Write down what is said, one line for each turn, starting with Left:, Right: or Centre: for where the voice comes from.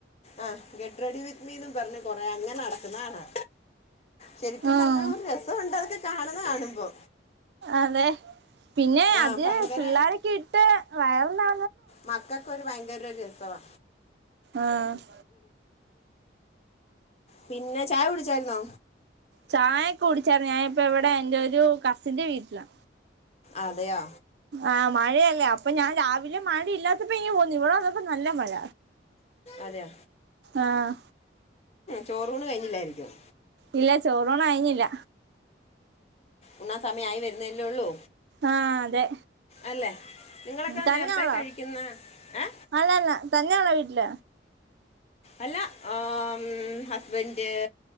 Left: ആഹ് ഗെഡ്റെഡി വിത്ത് മീന്നും പറഞ് കൊറേ അങ്ങനെ നടക്ക്ന്നാണാ ശെരിക്കും
Right: ആഹ്
Left: പറഞ്ഞാ ഒരു രസൊണ്ട് അതൊക്കെ കാണ്ന്നെ കാണുമ്പോ
Right: അതെ പിന്നെ
Left: ആ
Right: അത്
Left: ഭയങ്കര
Right: പിള്ളാരക്കെ ഇട്ട് വയർലാ
Left: മക്കൾക്കൊരു ഭയങ്കരൊരു രസവാ
Right: ആഹ്
Left: പിന്ന ചായ കുടിച്ചായിര്ന്നോ
Right: ചായൊക്കെ കുടിച്ചരുന്നു ഞാനിപ്പിവിടെ എന്റെ ഒരു കസിന്റെ വീട്ടിലാ
Left: അതെയാ
Right: ആഹ് മഴയല്ലേ അപ്പൊ ഞാൻ രാവിലെ മഴ ഇല്ലാത്തപ്പോ ഇങ്ങ് പോന്ന് ഇവിട വന്നപ്പോ നല്ല മഴ
Left: അതെയ
Right: ആഹ്
Left: ചോറൂണ് കഴിഞ്ഞില്ലായിരിക്കും
Right: ഇല്ല ചോറൂണ് കഴിഞ്ഞില്ല
Left: ഉണ്ണാൻ സമയായി വരുന്നല്ലേ ഉള്ളൂ
Right: ആഹ് അതെ
Left: അല്ലെ നിങ്ങളൊക്കെ
Right: തന്നെയുള്ളോ
Left: നേരത്തെ കഴിക്കുന്ന ഏ
Right: അല്ലല്ല തന്നെ ഉള്ള വീട്ടില
Left: അല്ല ആമ് ഹസ്ബൻഡ്